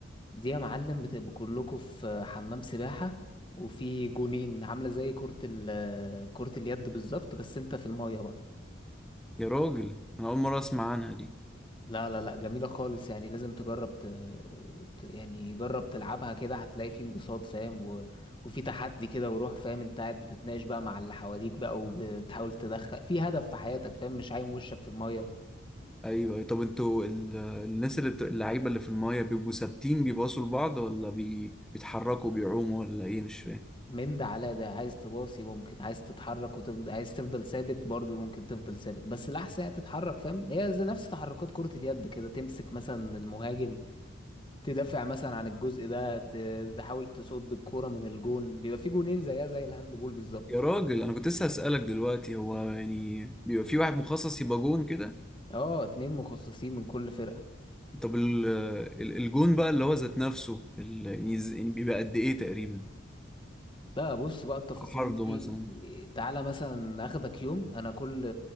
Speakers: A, on the left; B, in the centre.
A: دي يا معلم بتبقوا كلكم في حمام سباحة وفي جونين عاملة زي كرة ال كرة اليد بالظبط بس انت في المية بقى
B: يا راجل انا اول مره اسمع عنها دي
A: لا لا لا جميلة خالص يعني لازم تجرب ت... ت- يعني جرب تلعبها كده هتلاقي في انبساط فاهم و... وفي تحدي كده وروح فاهم انت قاعد بتتناقش بقى مع اللي حواليك بقى وبتحاول تدخل في هدف في حياتك فاهم مش عايم وشك في المية
B: ايوه أيوة. طب انتوا ال- الناس اللي بت... اللعيبه اللي في المايه بيبقوا ثابتين بيباصوا لبعض ولا بي... بيتحركوا بيعوموا ولا ايه مش فاهم
A: من ده على ده عايز تباصي ممكن عايز تتحرك وتفضل عايز تفضل ثابت برضو ممكن تفضل ثابت بس الأحسن هي تتحرك فاهم هي زي نفس تحركات كرة اليد كده تمسك مثلا المهاجم تدافع مثلا عن الجزء ده ت- تحاول تصد الكورة من الجون بيبقى في جونين زيها زي الهاند بول بالظبط
B: يا راجل انا كنت لسه هسألك دلوقتي هو يعني بيبقى في واحد مخصص يبقى جون كده
A: اه اتنين مخصصين من كل فرقة
B: طب ال... ال- الجون بقى اللي هو ذات نفسه ال... يعني ز- يعني بيبقى قد ايه تقريبا
A: لا بص بقى التفاصيل
B: عرضه
A: دي
B: مثلا
A: تعالى مثلا اخدك يوم انا كل